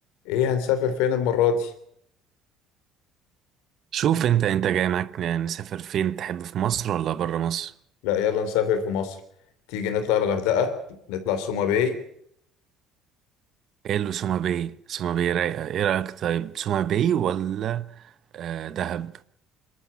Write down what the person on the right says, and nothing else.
شوف انت انت جاي معاك نسافر فين تحب في مصر ولا بره مصر
ايه اللي سوما باي سوما باي رايقه ايه رايك طيب سوما باي ولا آه دهب